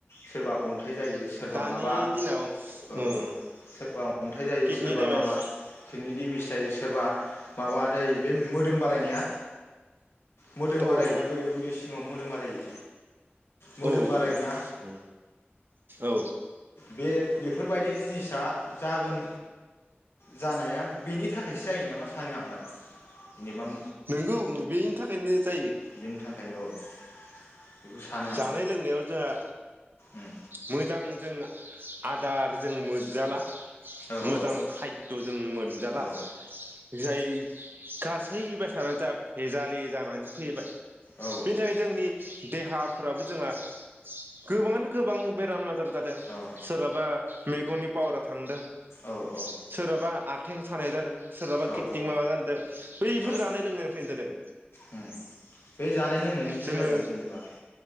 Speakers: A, on the left; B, on the right.
A: सोरबा अन अन्थाइ जायो सोरबा
B: दानि
A: माबा
B: दिनाव
A: औ
B: उम
A: सोरबा अन्थाइ जायो
B: किडनि
A: सोरबा
B: देमेज
A: माबा खिनि दिमिस जायो सोरबा माबा जायो बे मोदोम बारायनाया मोदोम बारायना
B: औ औ
A: बै उदैसि ङाव मोदोम बारायो। मोदोम
B: औ
A: बारायोना
B: औ उम औ।
A: बे बेफोरबायदि जिनिसा जागोन जानाया बेनि थाखायसो जायो नामा सानो आं दा। जेनेबा म
B: नोंगौ बेनि थाखायनो जायो
A: बिनि थाखायनो औ। बेखौ सानो आं
B: जानाय लोंनायाव जोआ
A: उम
B: मोजां जों आदार जों मोन जाला।
A: औ
B: मोजां
A: औ
B: खायद' जों मोनजाला
A: औ
B: जाय गासै बेसादानो जा फेजालि जानानै फैबाय बेनि
A: औ
B: थाखाय जोंनि देहा फोराबो जोंहा गोबाङानो गोबां बेराम आजाराज जादों
A: औ
B: सोरहाबा मेगननि पावारा थांदों। सोरहाबा
A: औ
B: आथें सानाय जादों सोरहाबा कित्तिं
A: औ
B: माबा जादों बैफोर
A: औ
B: जानाय लोंनायनिफ्रायनो जादों
A: उम बे जानाय लोंनायनिफ्राय
B: जोङो
A: जादों जेनेबा